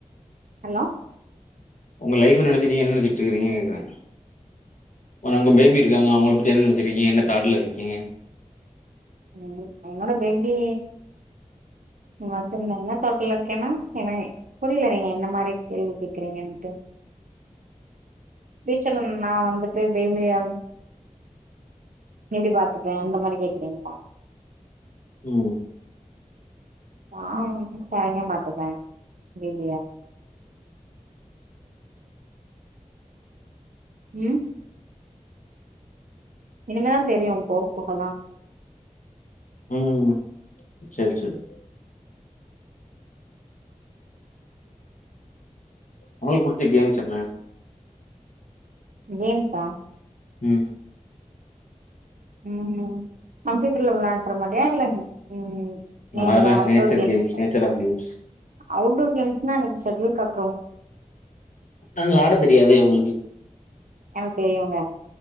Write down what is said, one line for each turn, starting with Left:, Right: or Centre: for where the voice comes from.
Right: ஹலோ
Left: உங்க லைஃப்ல நினைச்சு நீங்க என்ன நெனச்சிட்டு இருக்குறீங்கற கேக்குறேன். ஆனா உங்க பேபி இருக்காங்க அவங்கள பத்தி என்ன நெனைச்சிட்டுருக்கிங்க என்ன தாட்டல இருக்கீங்க.
Right: உம் என்னோட பேபி. <unintelligible> என்ன தட்ல இருக்கேன்னா என்ன புரில நீங்க என்ன மாரி கேள்வி கேக்குறீங்கன்னுட்டு. ஃபியூச்சர்ல நா வந்துட்டு பேபியல் எப்டி பார்த் ருக்க அந்த மாரி கேக்குறீங்கலா
Left: உம்
Right: நான் <unintelligible> பார்த்துப்பேன் இலியா உம் இனிமேதான் தெரியும் போக போகதான்.
Left: உம் செரி செரி உங்களுக்குக் புடிச்ச கேம்ஸ் என்ன
Right: கேம்ஸ்ஸா
Left: உம்
Right: உம் கம்ப்யூட்டர்ல விளாடுற மாரியா இல்லங் உம் நீல
Left: ஆற
Right: outdoor
Left: nature
Right: games.
Left: Nature of games
Right: outdoor கேம்ஸ்ன <unintelligible>
Left: நால் ஆட தெரியாதே, உங்களுக்கு
Right: எனக்கு தெரியுங்க.